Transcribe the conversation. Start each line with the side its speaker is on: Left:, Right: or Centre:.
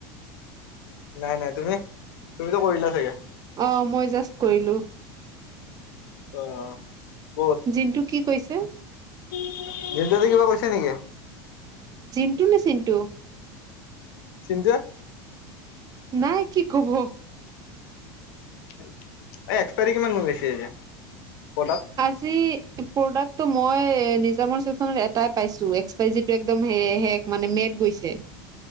Left: <inaudible> নাই নাই তুমি তুমি তো কৰিলা চাগে?
Right: অ মই জাষ্ট কৰিলো।
Left: অঁ।
Right: জিন্টু কি কৈছে?
Left: <unintelligible> কিবা কৈছে নেকি
Right: জিণ্টু নে চিণ্টু?
Left: চিন্তোৱে?
Right: নাই কি ক'ব।
Left: এই এক্সপাৰী কিমান মান গৈছে প্ৰডাক
Right: আজি প্ৰডাক্টটো মই নিজামৰ চেকনত এটাই পাইছো এক্সপাইজীটো একদম হ শেষ মানে মেদ গৈছে।